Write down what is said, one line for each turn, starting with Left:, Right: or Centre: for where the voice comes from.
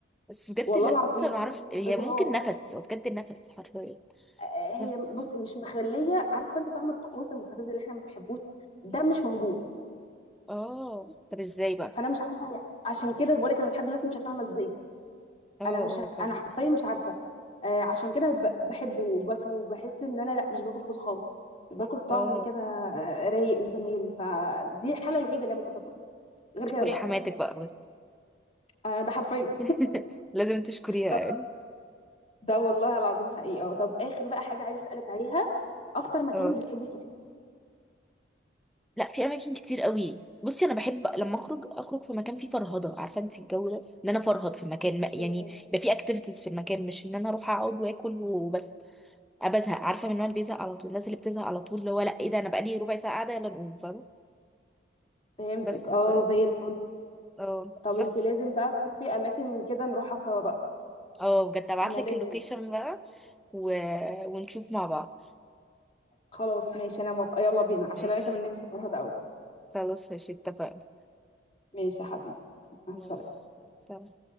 Centre: بس بجد
Left: والله
Centre: لا
Left: العظيم
Centre: كوسه ما اعرفش هي
Left: ابهار
Centre: ممكن نفس هو بجد النفس حرفيا
Left: آه، هي
Centre: نفس
Left: بصي مش مخليه عارفه انت طعم الطقوس المستفز اللي احنا ما بنحبوش ده مش موجود
Centre: اه طب ازاي بقى
Left: فانا مش عارفه هي- عشان كده بقول لك انا لحد دلوقتي مش فاهمه ازاي
Centre: اه اه
Left: انا مش ه-
Centre: فاهم
Left: انا حرفيا مش عارفه آه عشان كده ب- بحبه وباكله وبحس ان انا لا مش باكل كوسه خالص باكل طعم
Centre: اه
Left: كده آه، رايق وجميل فدي الحاله الوحيده اللي انا باكل فيها كوسه غير
Centre: اشكري
Left: كده لا
Centre: حماتك بقى بجد
Left: آه ده حرفيا
Centre: <laughs> لازم تشكريها
Left: طب
Centre: يعني
Left: ده والله العظيم حقيقه طب اخر بقى حاجه عايز اسالك عليها اكتر مكان
Centre: اه
Left: بتحبي تروحي
Centre: لا في اماكن كتير قوي بصي انا بحب لما اخرج اخرج في مكان فيه فرهضه عارفه انت الجو ده ان انا افرهد في المكان ما- يعني
Left: إيه،
Centre: يبقى فيه اكتيفيتيز في المكان مش ان انا اروح اقعد واكل وبس أه بزهق عارفه من النوع اللي بيزهق على طول الناس اللي بتزهق على طول اللي هو لا ايه ده انا بقالي ربع ساعه قاعده يلا نقوم فاهمه
Left: فهمتك
Centre: بس
Left: اه
Centre: ف
Left: زي الفل
Centre: اه
Left: طب
Centre: بس
Left: انت لازم بقى تشوفي اماكن من كده نروحها سوا بقى
Centre: اه بجد ابعت
Left: انا
Centre: لك
Left: لازم
Centre: اللوكيشن بقى و... ونشوف مع بعض
Left: خلاص ماشي انا موافقه يلا بينا عشان
Centre: ماشي
Left: انا كمان نفسي فرهده قوي
Centre: خلاص ماشي اتفقنا
Left: ماشي يا حبيبي مع
Centre: ماشي
Left: السلامه
Centre: سلام